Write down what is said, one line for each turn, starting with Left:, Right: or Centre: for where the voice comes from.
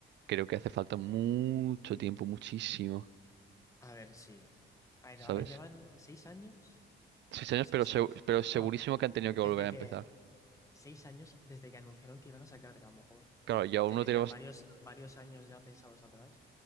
Right: creo que hace falta mucho tiempo, muchísimo,
Left: A ver, sí. A ver,
Right: ¿sabes?
Left: ahora llevan seis años.
Right: Seis años,
Left: Sí,
Right: pero,
Left: seis.
Right: segu- pero segurísimo
Left: Bueno,
Right: que han tenido que
Left: desde
Right: volver a empezar.
Left: que. Seis años desde que anunciaron que iban a sacar, que a lo mejor
Right: Claro, y aún
Left: ya
Right: no
Left: tenían
Right: tenemos,
Left: varios, varios años ya pensados atrás.